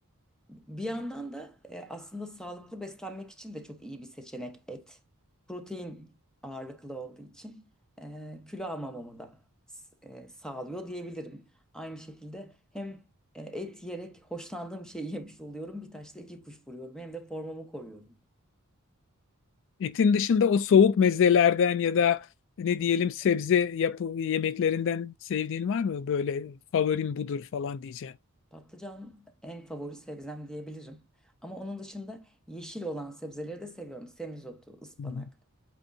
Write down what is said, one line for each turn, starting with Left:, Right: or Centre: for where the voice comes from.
Centre: Bir yandan da e, aslında sağlıklı beslenmek için de çok iyi bir seçenek et. Protein ağırlıklı olduğu için e, kilo almamamı da s- e, sağlıyor diyebilirim. Aynı şekilde hem e, et yiyerek hoşlandığım şeyi <laughs> yemiş oluyorum. Bir taşla iki kuş vuruyorum. Hem de formamı koruyorum.
Left: Etin dışında o soğuk mezelerden ya da ne diyelim sebze yapı yemeklerinden sevdiğin var mı? Böyle favorim budur falan diyeceğim.
Centre: Patlıcan en favori sebzem diyebilirim. Ama onun dışında yeşil olan sebzeleri de seviyorum. Semizotu, ıspanak.
Left: Hı hı.